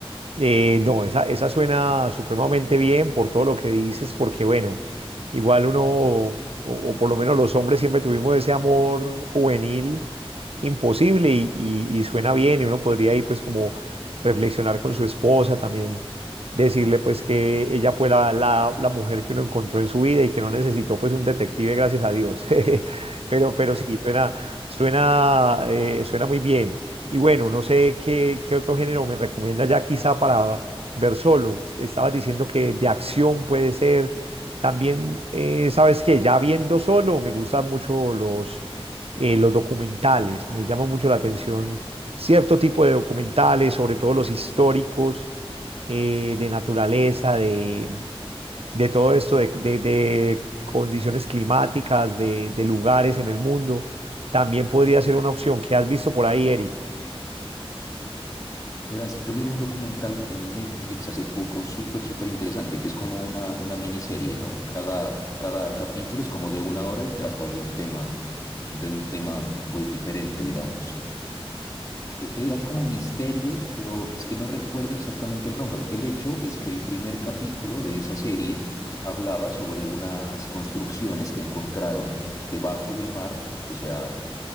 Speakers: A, on the right; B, on the left.
A: Eh, no, esa, esa suena supremamente bien por todo lo que dices, porque bueno, igual uno, o, o por lo menos los hombres siempre tuvimos ese amor juvenil imposible y, y- y suena bien y uno podría ir pues como reflexionar con su esposa, también decirle pues que ella fue la, la, la mujer que uno encontró en su vida y que no necesitó pues un detective, gracias a Dios. <laughs> Pero, pero sí, suena, suena, eh, suena muy bien. Y bueno, no sé qué, qué otro género me recomienda ya quizá para ver solo. Estabas diciendo que de acción puede ser. También, eh, ¿sabes qué? Ya viendo solo, me gustan mucho los, eh, los documentales. Me llama mucho la atención cierto tipo de documentales, sobre todo los históricos, eh, de naturaleza, de, de todo esto, de, de- de condiciones climáticas, de, de lugares en el mundo. También podría ser una opción. ¿Qué has visto por ahí, Eric?
B: Verás, yo miré un documental en Netflix hace poco, súper, súper interesante, que es como una, una miniserie, ¿no? Cada, cada capítulo es como de una hora y trata de un tema, de un tema, pues, diferente, digamos. E- Era como misterios, pero es que no recuerdo exactamente el nombre. El hecho es que el primer capítulo de esa serie hablaba sobre unas construcciones que encontraron un- debajo del mar, o sea,